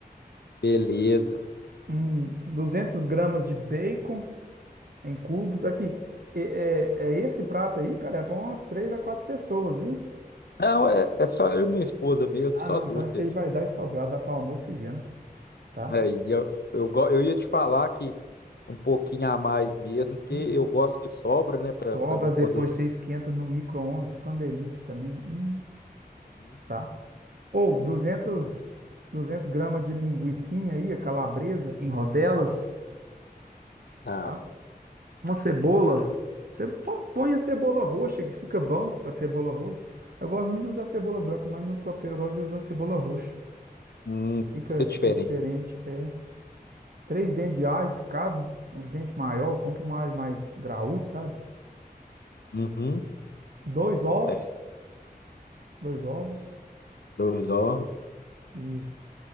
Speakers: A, on the left; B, on the right.
A: Beleza.
B: Hum, 200 gramas de bacon em cubos. Aqui, é, é- é esse prato aí, cara, é para umas três a quatro pessoas, viu?
A: Não, é, é só eu e minha esposa mesmo,
B: Ah,
A: só
B: não,
A: duas
B: então esse
A: pessoas.
B: aí vai dar e sobrar, dá para almoço e janta, tá?
A: É, e eu, eu, go- eu ia te falar que um pouquinho a mais mesmo, porque
B: Hum,
A: eu gosto que sobra, né, para
B: sobra,
A: para me
B: depois
A: poder.
B: você esquenta no micro-ondas, fica uma delícia também. Hum,
A: Hum,
B: tá? Ou duzentos 200 gramas de linguicinha aí, a calabresa, em rodelas,
A: Tá.
B: tá? Uma cebola. Você pô- põe a cebola roxa, que fica bom com a cebola roxa. Eu gosto muito de usar cebola branca, mas no tropeiro eu gosto de usar cebola roxa.
A: Hum,
B: Fica,
A: que
B: fica
A: diferente.
B: diferente. É três dentes de alho picado, um dente maior, compra um alho mais graúdo, sabe?
A: Uhum.
B: Dois ovos,
A: Certo.
B: dois ovos,
A: Dois ovos.
B: isso.